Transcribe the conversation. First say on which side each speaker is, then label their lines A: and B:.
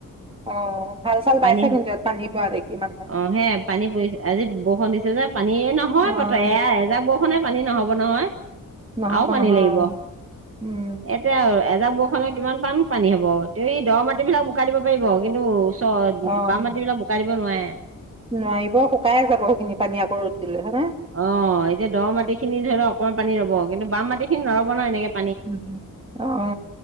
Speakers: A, on the right; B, on the right.
A: অহ হাল চাল
B: পানী
A: বাইছে কিন্তু ইয়াত পানী পোৱা দেখি মানুহে
B: অ হে পানী পৰিছে আজি বৰষুণ দিছে যে পানী নহয়
A: অ'
B: পতে এয়া এজাক বৰষুণে পানী নহ'ব নহয়
A: নহ'ব
B: আও পানী
A: নহয়
B: লাগিব
A: অ' উম,
B: এতিয়া আও এজাক বৰষুণ খনে কিমান পান পানী হব তে এই দৰ মাটি বিলাক বোকাই দিব পাৰিব কিন্তু। চ
A: অ'
B: বাম মাটি বিলাক বোকা দিব নোৱাৰে। <unintelligible>
A: নোৱাৰিব শুকাই যাব সেইখিনি পানী আকৌ ৰ'দ দিলে হয়নে?
B: অ এতিয়া দ মাটি খিনি ধৰি লওক অকমান পানী ৰব কিন্তু বাম মাটি খিনি নৰব নহয় এনেক-
A: অ'